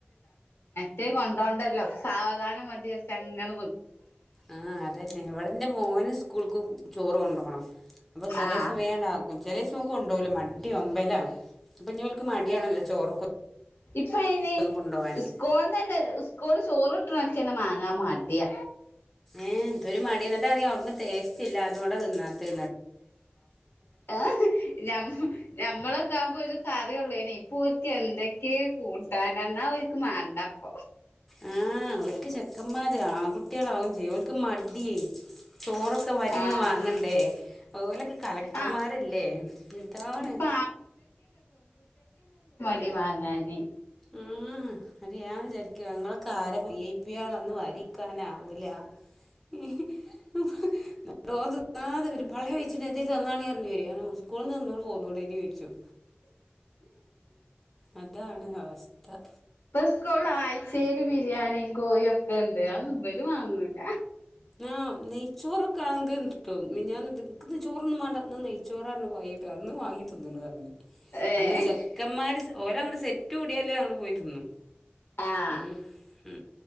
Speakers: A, on the left (about 85°); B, in the centre.
A: തെ കൊണ്ടോണ്ടല്ലോ സാവധാനം മതിയെ ചെങ്ങന വെ
B: ആ അതന്നെ ഇവിടെന്റെ മോന് സ് കൂൾക്ക് ചോറ് കൊണ്ടോണം പം ചെലേസം
A: ആഹ്
B: വേഅണ്ടാക്കും ചെലേസം ഒൻ കൊണ്ടോഉല മടി ഒമ്പേലാ പ്പം ഞ്ഞിഓൽക് ക്ക് മടിയാണല്ലോ ചോറൊക്കെ
A: ഇപ്പ അയ്ന്
B: ഒന്ന് കൊണ്ടോവാന്
A: സ്കോൾന്നെന്നെ സ് സ്കൂള് ചോറ് ട്ട്ണോൻക്കെന്നെ മാങ്ങാൻ മാടിയ
B: ഏ എന്തൊരു മടി എന്ന്ട്ട അറിയൊ അവിടന്ന് ട്ടേസ്റ്റ് ഇല്ലതോണ്ട തിന്നാത്തെ
A: ആ് ഞമ് ഞമ്മളൊക്കെ ആഉമ്പോ ഒരു കറിയുള്ളേഞ്ഞി ഇപ്പൊ ഓല്ക്ക് എന്തൊക്കെ കൂട്ടാനന്നാ ഓൽക് മാണ്ട പ്പൊ
B: ആ അവർക്ക് ചെക്കന്മാര് ആൺ കുട്ടിളാവും ചെയ്യ ഓൽക്ക് മടി ചോറൊക്കെ വരിന്ന്
A: ആഹ്
B: മാങ്ങണ്ടേ ഓലൊക് കളക്ടർമാരല്ലേ
A: ആഹ്
B: ഇതാണ്
A: ഇപ്പൊ ടി വങ്ങാന്
B: ആ ന്നട്ട് ഞാൻ വിചാരിക്കും ങ്ങളെക്കാരവി ഐ പി ളോ ന്ന് വരിക് ക്കാന് ആവൂല <unintelligible> പള്ളേ പയ്ച്ചിണ്ട് എന്തേ തന്നാണി അറിഞ് വരേ സ്കൂൾന്നോന്നും പോന്നൂടേഞൊയ്ചും അതാണ് അവ ത
A: പ്പ സ്കൂൾള് ആഴ്ചേല് ബിരിയാണി കോഴി ഒക്കെ ണ്ട് അത് ബല് വാങ്ങൂല
B: ആ നെയ്ച്ചോറൊക്കെആൺങ്കി ത്തി മിഞ്ഞാന്ന് ക് ചോറൊന്നും വേണ്ട ന്ന് നെയ്‌ച്ചോറാന്ന് പറിണ്ട് ഇന്ന് വാങ്ങി തിന്നീണ്
A: ഏഹ്
B: അന്ന് ചെക്കന്മാര് ഓര അങ്ങട് സെറ്റ് കൂടിയാലേ അങ്ങട് പോയിത്തിന്നു
A: ആഹ്
B: ഉ ഉ